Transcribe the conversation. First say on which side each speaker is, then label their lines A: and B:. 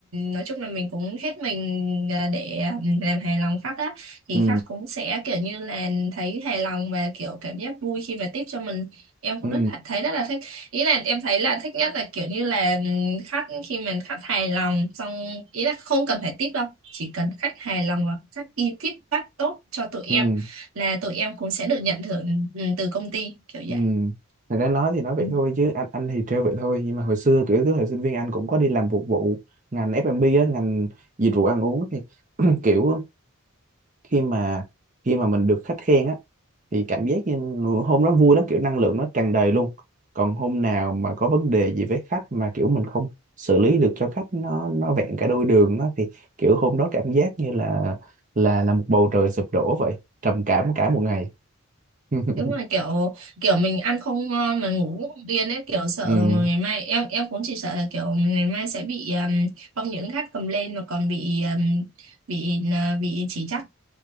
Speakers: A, on the right; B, on the right.
A: nói chung là mình cũng hết mình à, để à, làm hài lòng khách á thì
B: ừ
A: khách cũng sẽ kiểu như là thấy hài lòng và kiểu cảm giác vui khi mà tiếp cho mình em cũng
B: ừ
A: rất là- thấy rất là thích ý là em thấy là thích nhất là kiểu như là ừm, khách khi mà khách hài lòng xong ý là không cần phải tiếp đâu chỉ cần khách hài lòng và khách ghi feedback tốt cho tụi em
B: ừ
A: là tụi em cũng sẽ được nhận thưởng ừm, từ công ty kiểu
B: ừ
A: vậy
B: thật ra nói thì nói vậy
A: Ừ.
B: thôi chứ anh anh thì trêu vậy thôi nhưng mà hồi xưa kiểu cái thời sinh viên anh cũng có đi làm phục vụ ngành F&B á ngành dịch vụ ăn uống thì <clears throat> kiểu khi mà khi mà mình được khách khen á thì cảm giác như hôm đó vui lắm kiểu năng lượng nó tràn đầy luôn còn hôm nào mà có vấn đề gì với khách mà kiểu mình không xử lý được cho khách nó nó vẹn cả đôi đường đó thì kiểu hôm đó cảm giác như là là là một bầu trời sụp đổ vậy trầm cảm cả một ngày <laughs>
A: Đúng rồi kiểu kiểu mình ăn không ngon mà ngủ cũng không yên ấy kiểu sợ
B: ừ
A: ngày mai em em cũng chỉ sợ là kiểu ngày mai sẽ bị um, không những gắt cầm lên mà còn bị um, bị uh, bị chỉ trích